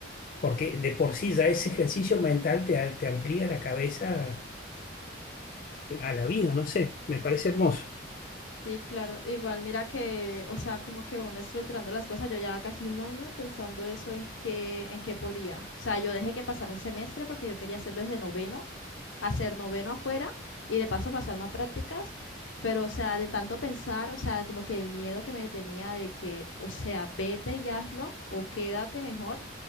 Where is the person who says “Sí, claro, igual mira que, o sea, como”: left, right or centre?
Left